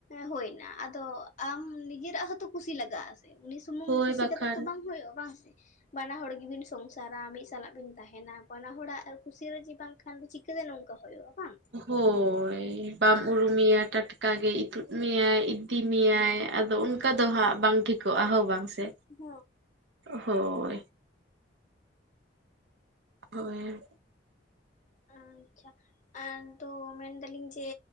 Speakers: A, on the left; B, on the right.
A: ᱦᱳᱭ ᱮᱱᱟ, ᱟᱫᱚ ᱟᱢ ᱱᱤᱡᱮᱨᱟᱜ ᱦᱚᱸᱛᱚ ᱠᱩᱥᱤ ᱞᱟᱜᱟᱜ-ᱟ ᱾ ᱩᱱᱤ ᱥᱩᱢᱩᱝ
B: ᱦᱳᱭ
A: ᱠᱩᱥᱤ
B: ᱵᱟᱠᱷᱟᱱ
A: ᱠᱟᱛᱮᱜ ᱛᱚ ᱵᱟᱝ ᱦᱩᱭᱩᱜᱼᱟ ᱵᱟᱝ ᱥᱮ? ᱵᱟᱱᱟ ᱦᱚᱲ ᱜᱮᱵᱤᱱ ᱥᱚᱝᱥᱟᱨᱟ, ᱢᱤᱫ ᱥᱟᱞᱟᱜ ᱵᱤᱱ ᱛᱟᱦᱮᱱᱟ, ᱵᱟᱱᱟ ᱦᱚᱲᱟᱜ ᱟᱨ ᱠᱩᱥᱤ ᱨᱟᱡᱤ ᱵᱟᱝᱠᱷᱟᱱ ᱫᱚ ᱪᱤᱠᱟᱹᱛᱮ ᱱᱚᱝᱠᱟ ᱦᱩᱭᱩᱜᱼᱟ᱾ ᱵᱟᱝ
B: ᱦᱳᱭ ᱵᱟᱢ
A: ᱦᱳᱭ
B: ᱩᱨᱩᱢᱤᱭᱟ ᱴᱟᱴ ᱠᱟᱜᱮ ᱤᱛᱩᱫ ᱢᱮᱭᱟᱭ ᱤᱫᱤ ᱢᱮᱭᱟᱭ, ᱟᱫᱚ ᱚᱱᱠᱟ ᱫᱚ ᱦᱟᱸᱜ ᱵᱟᱝ ᱴᱷᱤᱠᱚᱜᱼᱟ ᱦᱚᱸ ᱵᱟᱝ ᱥᱮ?
A: ᱦ
B: ᱦᱳᱭ ᱾ ᱦᱳᱭ ᱾
A: ᱟᱪᱷᱟ, ᱟᱱ ᱛᱚ ᱢᱮᱱᱫᱟᱞᱤᱧ ᱡᱮ